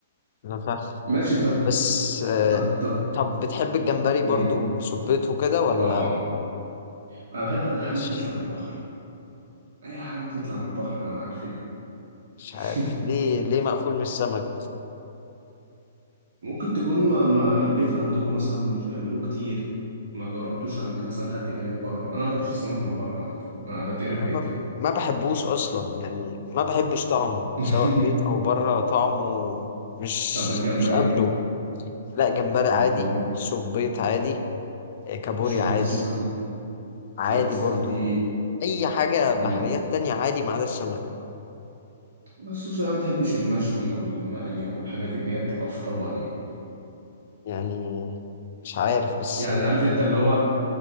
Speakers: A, on the left; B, on the right.
A: انا فاهم
B: ماشي طب
A: بس آه،
B: طب طب
A: طب بتحب الجمبري
B: امم
A: برضو والسبيط وكده ولا
B: طبعا انا بحب اي
A: مش
B: حاجه بتطلع من البحر اي حاجه بتطلع من البحر انا معاك فيها
A: مش
B: <laughs>
A: عارف ليه ليه مقفول من السمك
B: ممكن تكون ما, ما البيت عندكم مثلا مش بيعملوه كتير ما جربتوش عند مثلا حد جامد بره انا ما بحبش السمك من بره عامه انا بتقرف
A: انا
B: جدا
A: ما ما بحبوش اصلا يعني ما بحبش طعمه
B: <laughs>
A: سواء بيت او بره طعمه مش
B: طب الجمبري
A: مش قابله لا جمبري عادي
B: الجمبري
A: سبيط عادي آه، كابوريا
B: شوربة
A: عادي
B: السي فود
A: عادي
B: شوربة السي
A: برضو
B: فود دي
A: اي حاجة بحريات
B: مم.
A: تانية عادي ما عدا السمك
B: بس خصوصا انا ما بتحبش المشوي او المقلي او الحاجات اللي هي بتبقى في طبق دي
A: يعني مش عارف بس
B: يعني عارف انت اللي هو